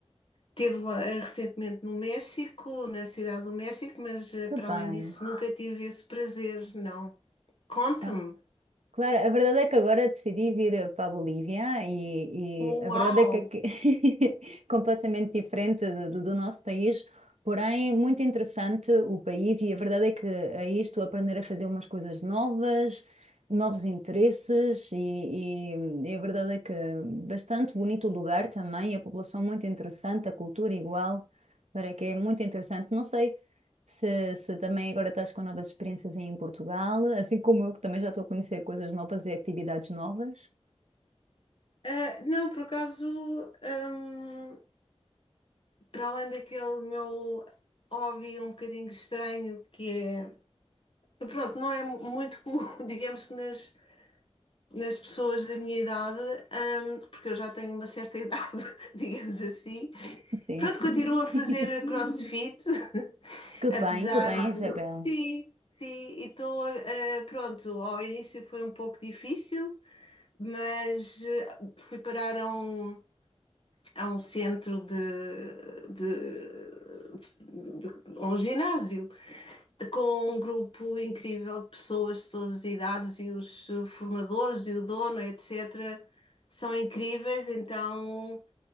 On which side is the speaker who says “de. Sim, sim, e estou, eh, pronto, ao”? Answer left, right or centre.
Left